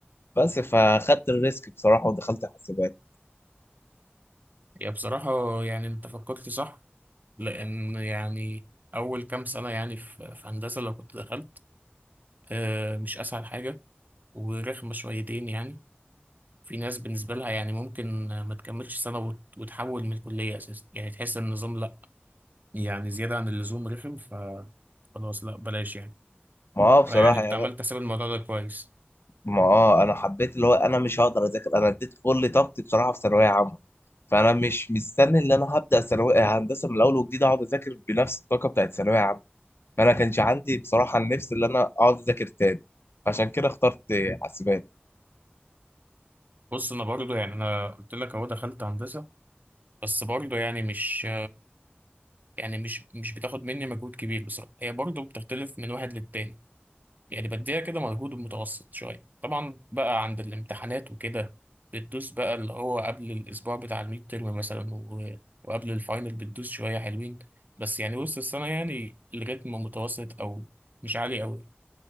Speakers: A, on the left (about 75°); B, on the right (about 45°).
A: بس فاخدت الريسك بصراحه ودخلت حاسبات
B: يعني بصراحه يعني انت فكرت صح لان يعني اول كام سنه يعني في في هندسه لو كنت دخلت آه، مش اسهل حاجه ورخمه شويتين يعني في ناس بالنسبه لها يعني ممكن ما تكملش سنه وت- وتحول من الكليه اساسا يعني تحس ان النظام لا يعني زياده عن اللزوم رخم ف خلاص لا بلاش يعني
A: ما هو بصراحه
B: فيعني انت
A: يعني
B: عملت حساب الموضوع ده كويس
A: ما هو انا حبيت اللي هو انا مش هقدر اذاكر انا اديت كل طاقتي بصراحه في ثانويه عامه فانا مش مستني ان انا هبدا ثانويه هندسه من الاول وجديد اقعد اذاكر بنفس الطاقه بتاعت ثانويه عامه فانا كانش عندي بصراحه النفس اللي انا اقعد اذاكر تاني عشان كده اخترت حاسبات
B: بص انا برضو يعني انا قلت لك اهو دخلت هندسه بس برضو يعني مش يعني مش مش بتاخد مني مجهود كبير بصراحه هي برضو بتختلف من واحد للتاني يعني بديها كده مجهود متوسط شويه طبعا بقى عند الامتحانات وكده بتدوس بقى اللي هو قبل الاسبوع بتاع الميد ترم مثلا و... وقبل الفاينل بتدوس شويه حلوين بس يعني وسط السنه يعني الريتم متوسط او مش عالي قوي